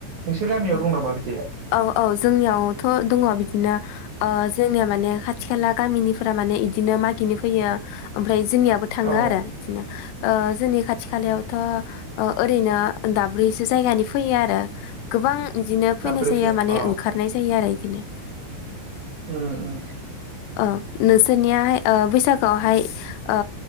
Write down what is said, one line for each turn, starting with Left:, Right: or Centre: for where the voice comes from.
Right: नोंसोर गामियाव
Left: औ
Right: दं नामा बिदि
Left: औ औ जोंनियावथ' दङ बिदिनो ओ जोंनिया माने खाथि खाला गामिनिफोरा माने इदिनो मागिनो फैयो ओमफ्राय जोंनियाबो थाङो
Right: औ
Left: आरो बिदिनो ओ जोंनि खाथि खालायावथ' ओ ओरैनो दाब्रै जायगानि फैयो आरो गोबां बिदिनो फैनाय
Right: दाब्रैसो
Left: जायो माने
Right: औ
Left: ओंखारनाय जायो आरो इदिनो
Right: उम उम
Left: ओ सोरनियाहाय बैसागोआवहाय ओ